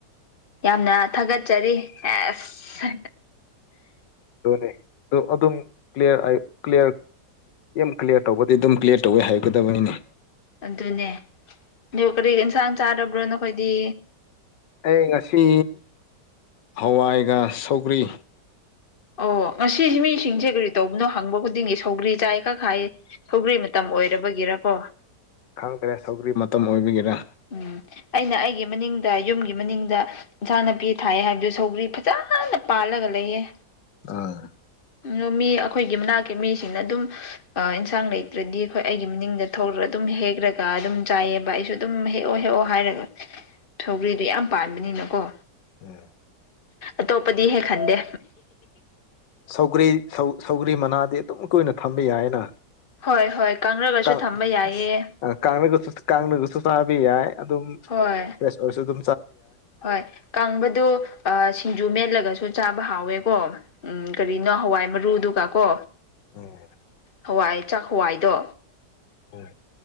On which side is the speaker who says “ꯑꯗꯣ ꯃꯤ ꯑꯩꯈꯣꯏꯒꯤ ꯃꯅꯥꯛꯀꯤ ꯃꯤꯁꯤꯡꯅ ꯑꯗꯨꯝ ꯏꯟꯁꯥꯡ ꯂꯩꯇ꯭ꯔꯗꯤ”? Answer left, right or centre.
Left